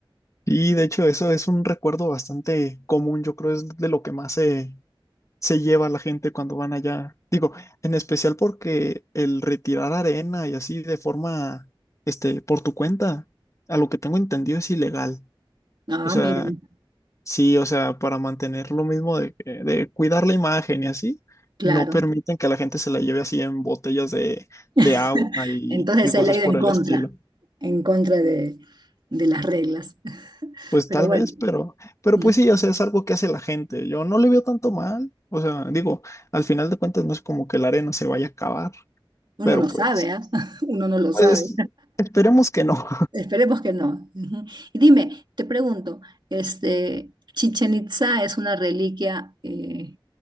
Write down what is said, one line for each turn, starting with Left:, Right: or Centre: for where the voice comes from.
Left: Y de hecho eso es un recuerdo bastante común, yo creo es de lo que más se, se lleva la gente cuando van allá. Digo, en especial porque el retirar arena y así de forma, este, por tu cuenta, a lo que tengo entendido es ilegal.
Right: Ah,
Left: O sea,
Right: miren,
Left: Sí, o sea, para mantener lo mismo de, que- de cuidar la imagen y así,
Right: claro.
Left: no permiten que la gente se la lleve así en botellas de, de
Right: <laughs>
Left: agua y,
Right: Entonces
Left: y cosas
Right: él ha ido
Left: por
Right: en
Left: el
Right: contra,
Left: estilo.
Right: en contra de, de las reglas.
Left: Pues
Right: Pero
Left: tal
Right: bueno.
Left: vez, pero, pero
Right: <laughs>
Left: pues sí, o sea, es algo que hace la gente. Yo no le veo tanto mal. O sea, digo, al final de cuentas no es como que la arena se vaya a acabar,
Right: Uno
Left: pero
Right: no sabe,
Left: pues,
Right: ¿ah? <laughs> Uno no lo sabe.
Left: pues esperemos que no.
Right: Esperemos que no. Ujú. Y dime, te pregunto, este, Chichen Itza es una reliquia eh,